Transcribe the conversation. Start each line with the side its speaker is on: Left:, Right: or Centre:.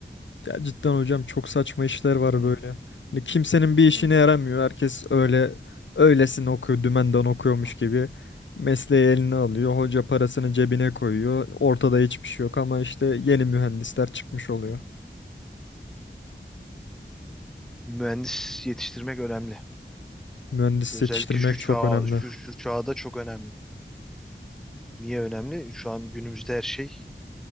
Left: Ya cidden hocam çok saçma işler var
Centre: Hı,
Left: böyle. Hani kimsenin bir işine
Centre: hı,
Left: yaramıyor. Herkes öyle öylesine okuyor, dümenden okuyormuş
Centre: hı.
Left: gibi. Mesleği eline alıyor. Hoca parasını cebine koyuyor. Ortada hiçbir şey yok ama işte yeni mühendisler çıkmış oluyor.
Centre: Mühendis yetiştirmek önemli.
Left: Mühendis
Centre: Özellikle
Left: yetiştirmek
Centre: şu çağ,
Left: çok önemli.
Centre: şu, şu çağda çok önemli. Niye önemli? Şu an günümüzde her şey